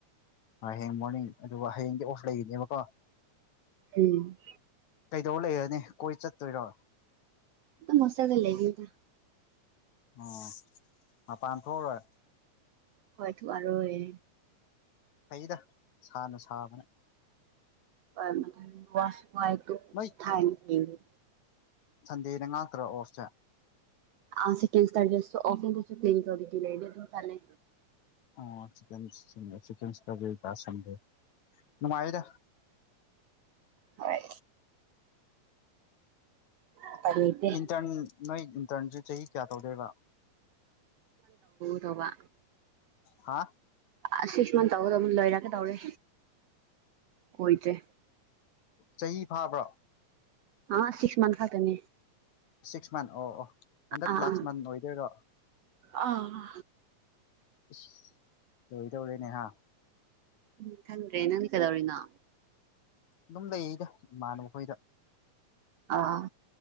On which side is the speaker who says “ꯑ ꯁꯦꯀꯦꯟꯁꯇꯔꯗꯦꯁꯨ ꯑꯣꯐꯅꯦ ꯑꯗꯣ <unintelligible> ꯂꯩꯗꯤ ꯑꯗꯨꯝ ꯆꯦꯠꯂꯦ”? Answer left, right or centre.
Right